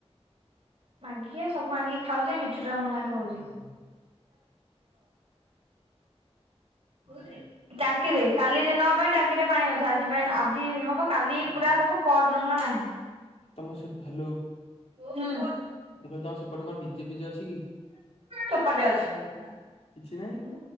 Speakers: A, on the right; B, on the left.
A: ମାଗିଖିଆ ସବୁ ମାଗିକି ଖାଉଚି ଏମିତି। ମିଛୁଟାରେ ମୋ ନାଁ ରେ କୋହୁଚି। କୋଉଥିରେ ଟାଙ୍କିରେ କାଲି ଦିନ ପାଇଁ ଟାଙ୍କିରେ ପାଣି ଅଛି ଆଜି ପାଇଁ ଆଜି ହବ କାଲି ପୁରା ହବ ପରଦିନକୁ ଆଉ ନାହିଁ।
B: ତମ ସେ ହାଲୋ
A: ହୁଁ।
B: ମୁଁ କହିଲି ତମ ସେପଟେ କଣ ଡିଜେ ଫିଜେ ଅଛି? କି?
A: ଚୋପାଟେ ଅଛି।
B: କିଛି ନାହିଁ